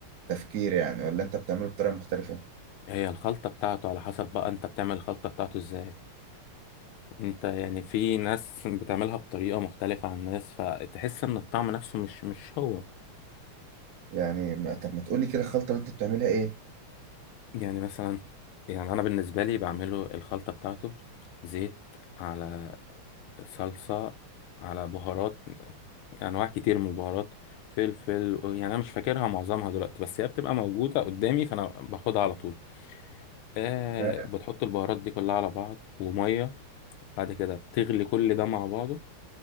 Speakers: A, on the right; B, on the left.
A: تفكير يعني ولا انت بتعمله بطريقه مختلفه
B: هي الخلطه بتاعته على حسب بقى انت بتعمل الخلطه بتاعته ازاي انت يعني في ناس بتعملها بطريقه مختلفه عن ناس فتحس ان الطعم نفسه مش مش هو
A: يعني ما- طب ما تقولي كده الخلطه اللي انت بتعملها ايه
B: يعني مثلا يعني انا بالنسبه لي بعمله الخلطه بتاعته زيت على صلصه على بهارات انواع كتير من البهارات فلفل يعني انا مش فاكرها معظمها دلوقتي بس هي بتبقى موجوده قدامي فانا باخدها على طول آه
A: تمام.
B: بتحط البهارات دي كلها على بعض وميه بعد كده بتغلي كل ده مع بعضه